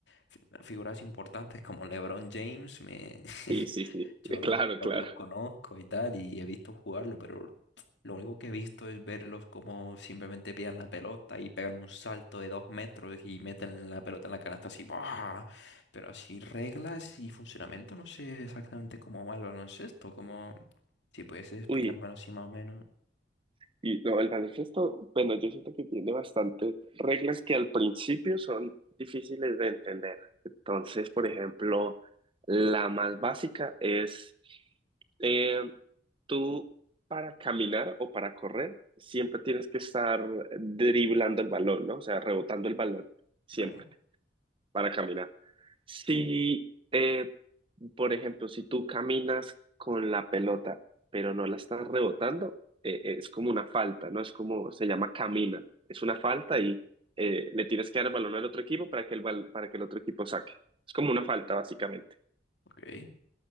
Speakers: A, on the left; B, on the right.
A: fi- figuras importantes como LeBron James, me, <laughs>
B: sí, sí, sí,
A: Yo
B: <laughs>
A: los,
B: claro,
A: lo-
B: claro.
A: los conozco y tal, y he visto jugarlo, pero lo único que he visto es verlos como simplemente pillan la pelota y pegan un salto de dos metros y meten la pelota en la canasta así, ¡buah! Pero así reglas y funcionamiento, no sé exactamente cómo va el baloncesto, como si puedes explicármelo
B: Uy,
A: así más o menos.
B: Y no, el baloncesto, bueno, yo siento que tiene bastantes reglas que al principio son difíciles de entender. Entonces, por ejemplo, la más básica es eh, tú para caminar o para correr siempre tienes que estar driblando el balón, ¿no? O sea, rebotando el balón, siempre
A: Vale,
B: para caminar. Si, eh, por ejemplo, si tú caminas con la pelota, pero no la estás rebotando, eh, eh, es como una falta, ¿no? Es como, se llama camina. Es una falta y eh, le tienes que dar el balón al otro equipo para que el, bal- para que el otro equipo saque. Es como una falta, básicamente.
A: ok,